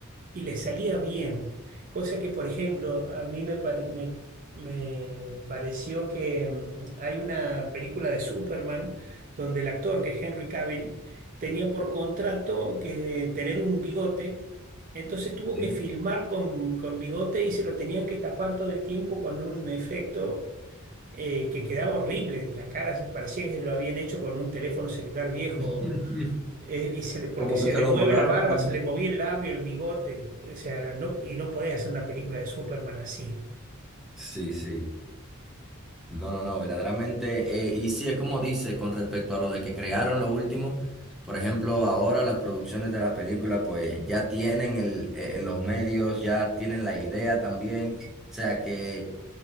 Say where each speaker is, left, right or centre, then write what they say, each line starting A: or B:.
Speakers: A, on the right; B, in the centre.
A: y les salía bien. Cosa que, por ejemplo, a mí me, pare- me- me pareció que mm, hay una película de Superman donde el actor, que es Henry Cavill, tenía por contrato que tener un bigote. Entonces tuvo
B: Sí.
A: que filmar con, con bigote y se lo tenían que tapar todo el tiempo con un efecto eh, que quedaba horrible. La cara se- parecía que se lo habían hecho con un teléfono celular viejo
B: <laughs>
A: eh, y se le- porque
B: Como
A: se
B: que se
A: le
B: lo
A: mueve
B: borraron.
A: la barba,
B: con-
A: se le movía el labio, el bigote. O sea, no, y no podés hacer una película de Superman así.
B: Sí, sí. No, no, no, verdaderamente. eh, y sí, es como dice con respecto a lo de que crearon lo último. Por ejemplo, ahora las producciones de la película, pues ya tienen el, eh, los medios, ya tienen la idea también. O sea que